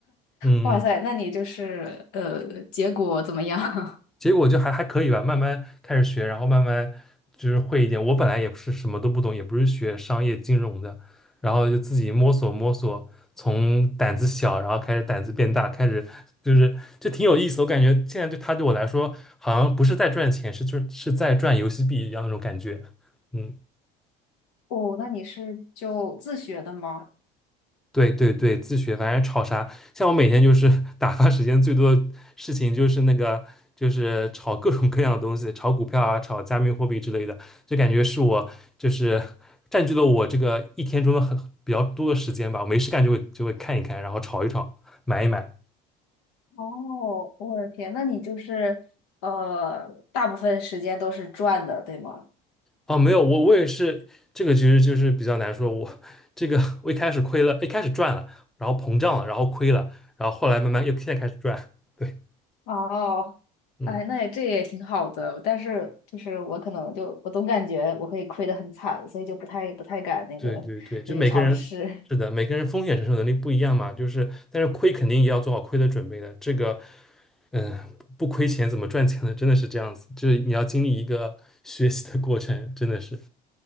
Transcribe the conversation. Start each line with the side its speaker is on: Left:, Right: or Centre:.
Centre: 嗯。
Left: 哇塞，
Centre: 嗯
Left: 那你就是呃，结果怎么样？
Centre: 结果就还还可以吧，慢慢开始学，然后慢慢就是会一点。我本来也不是什么都不懂，也不是学商业金融的，然后就自己摸索摸索，从胆子小，然后开始胆子变大，开始就是就挺有意思的我感觉现在对他对我来说，好像不是在赚钱，是就是是在赚游戏币一样那种感觉。嗯。
Left: <laughs> 哦，那你是就自学的吗？
Centre: 对对对，自学反正炒啥，像我每天就是 <laughs> 打发时间最多的事情就是那个，就是炒各种各样的东西，炒股票啊，炒加密货币之类的，就感觉是我就是占据了我这个一天中的很比较多的时间吧。我没事干就会就会看一看，然后炒一炒，买一买。
Left: 哦，我的天，那你就是呃，大部分时间都是赚的，对吗？
Centre: 哦，没有，我我也是这个，其实就是比较难说。我这个我一开始亏了，一开始赚了，然后膨胀了，然后亏了，然后后来慢慢又现在开始赚。对，
Left: 哦，
Centre: 嗯。
Left: 哎，那也这也挺好的，但是就是我可能就我总感觉我可以亏得很惨，所以就不太不太敢那个，
Centre: 对对对，就每个人是的，
Left: 就是尝试。
Centre: 每个人风险承受能力不一样嘛，就是但是亏肯定也要做好亏的准备的。这个，嗯、不亏钱怎么赚钱呢？真的是这样子，就是你要经历一个 <laughs> 学习的过程，真的是。